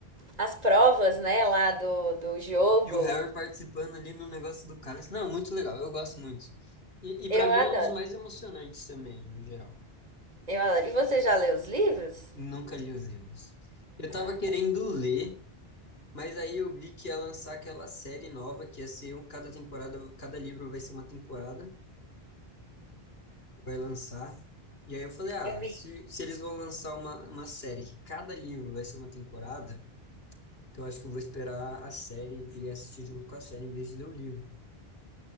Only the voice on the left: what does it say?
E o Harry participando ali no negócio do cálice. Não, muito legal, eu gosto muito. E, e
para mim
é um dos mais emocionantes também, no geral.
Nunca li os livros. Eu tava
querendo ler, mas aí eu vi que ia lançar aquela série nova, que ia ser um- cada temporada, cada livro vai ser uma temporada, vai lançar. E aí eu falei, ah,
se, se eles vão lançar uma, uma série que cada livro vai ser uma temporada, então eu acho que eu vou esperar a série e assistir junto com a série em vez de ler o livro.